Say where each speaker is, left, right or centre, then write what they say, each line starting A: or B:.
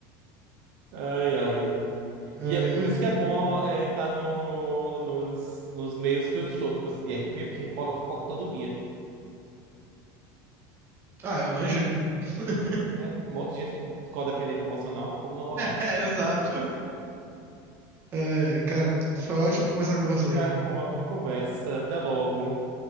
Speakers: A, on the right; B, on the right.
A: Ai, ai.
B: Ai,
A: E é por
B: ai.
A: isso que é bom estar tá no, nos, nos meios que eu estou, tipo assim, de RP, porque rola fofoca todo dia.
B: Ah, eu imagino. <laughs>
A: É, um monte de gente codependente emocional, como não rolar?
B: É, exato. Ai, ai, cara, foi ótimo conversar com você, irmão.
A: Cara, foi uma ótima conversa. Até logo.